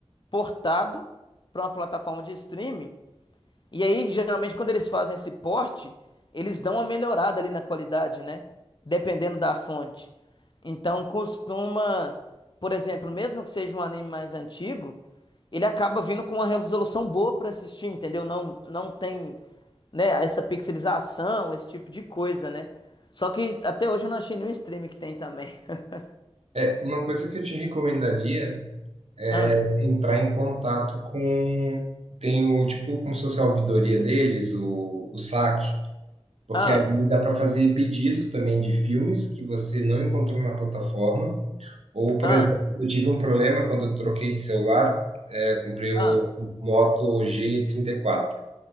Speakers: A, on the left (about 50°); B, on the right (about 80°).
A: portado para uma plataforma de streaming. E aí, geralmente, quando eles fazem esse porte, eles dão uma melhorada ali na qualidade, né? Dependendo da fonte. Então, costuma, por exemplo, mesmo que seja um anime mais antigo, ele acaba vindo com uma resolução boa pra assistir, entendeu? Não, não tem, né, essa pixelização, esse tipo de coisa, né? Só que até hoje eu não achei nenhum stream que tem também. <laughs>
B: É, Uma coisa que eu te recomendaria
A: Ah,
B: é entrar em contato com. Tem o tipo, como se fosse a ouvidoria deles, o, o SAC, porque
A: ah,
B: ali dá para fazer pedidos também de filmes que você não encontrou na plataforma. Ou, por
A: ah,
B: exemplo, eu tive um problema quando eu troquei de celular, é, eu comprei o
A: ah.
B: Moto g trinta e quatro